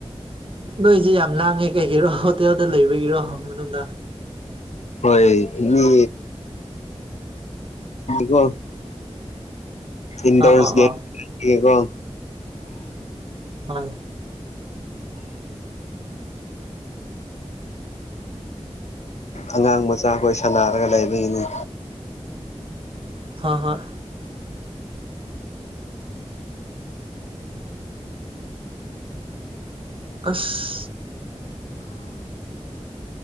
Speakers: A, on the right (about 50°); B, on the left (about 80°).
A: ꯅꯣꯏꯁꯤ ꯌꯥꯝ ꯂ ꯀꯩꯒꯤꯔꯣ ꯍꯣꯇꯦꯜꯗ ꯂꯩꯕꯒꯤꯔꯣ ꯃꯅꯨꯡꯗ
B: ꯍꯣꯏ ꯃꯤ ꯀꯣ ꯏꯟꯗꯔꯦꯀꯣ
A: ꯑꯥ ꯑꯥ ꯑꯥ ꯍꯣꯏ
B: ꯑꯉꯥꯡ ꯃꯆꯥꯈꯣꯏ ꯁꯥꯟꯅꯔꯒ ꯔꯂꯥꯏꯕꯒꯤꯅꯤ
A: ꯍꯣꯏ ꯍꯣꯏ ꯑꯁ